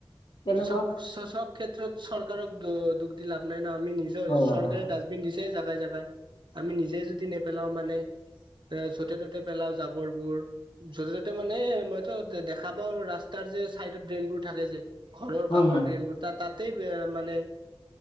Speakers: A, on the left (about 65°); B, on the right (about 55°).
A: তেনেকুৱা
B: চব -চ -চব ক্ষেত্ৰত চৰকাৰক দুখ দি লাভ নাই ন আমি নিজৰ
A: হয়
B: চৰকাৰে
A: হয় হয়।
B: ডাষ্টবিন দিছে য জাই জাগাই আমি নিজে যদি নেপেলাও মানে এ য'তে ত'তে পেলাও জাবৰবোৰ য'তে ত'তে মানে মইতো দেখা পাওঁ ৰাস্তাৰ যে চাইডত ড্ৰেইনবোৰ থাকে যে ঘৰৰ
A: হয়
B: কাষৰ
A: হয়
B: ড্ৰেইনবোৰ ত তাতে মানে